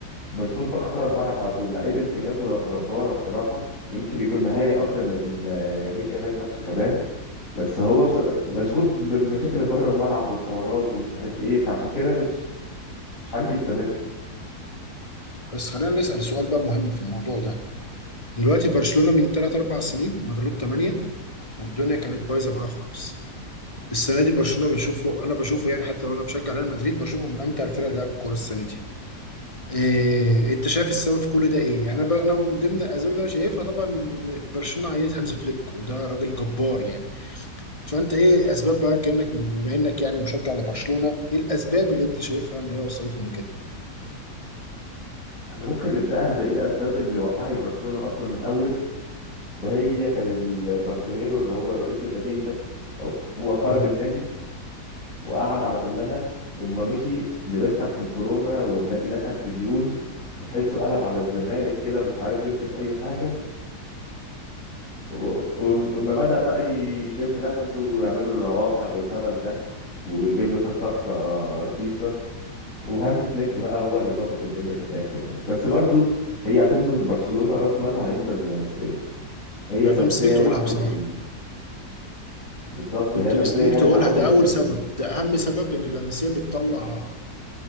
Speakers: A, on the left (about 50°); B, on the left (about 20°).
A: مشغول بره الملعب على طول لعيب امكانياته جباره بصراحه ويمكن يكون مهاري اكتر من آه، يمين يامال نفسه كمان بس هو بص... مشغول بالمشاكل اللي بره الملعب والحوارات ومش عارف ايه فعشان كده مش مش عارف يستمر
B: بس خلينا نسأل سؤال بقى مهم في الموضوع ده دلوقتي برشلونة من 3 4 سنين مغلوب 8 والدنيا كانت بايظه معاه خالص السنه دي برشلونة بنشوفه انا بشوفه يعني حتى لو انا بشجع ريال مدريد بشوفه من امتع الفرق اللي لعبت كوره السنه دي إيه انت شايف السبب في كل ده ايه؟ يعني انا ب- انا من ضمن الاسباب اللي انا شايفها طبعا إن برشلونه عينت هانز فليك وده راجل جبار يعني فانت ايه اسباب بقى كانك بما انك يعني مشجع لبرشلونه ايه الاسباب اللي انت شايفها ان هي وصلتهم لكده؟
A: احنا ممكن نبداها بايه الاسباب اللي وقعت برشلونه اصلا من الاول وهي كان ال- بارتيميرو اللي هو الرئيس القديم ده هو خرب
B: مهم.
A: النادي وقعد على تلها وما مشي لبسنا في الكورونا والنادي دخل في ديون بتحسه قلب على الزمالك كده مش عارف يصرف اي حاجه ولما بدأ بقى يشم نفسه ويعملوا له روافع والهبل ده ويجيب له كام صفقة رخيصة وهانز فليك بقى هو اللي ظبط الدنيا في الآخر يعني بس برضو هي هتفضل برشلونة رأس مالها هيفضل اللمسية هي
B: انا
A: اللمسية
B: كنت مستنيك
A: هي
B: تقولها
A: اللي عملت
B: بصراحه
A: ال... بالظبط
B: كنت
A: هي اللمسية
B: مستنيك تقولها
A: هي اللي عملت
B: ده اول
A: ال...
B: سبب ده اهم سبب ان اللمسيه بتطلع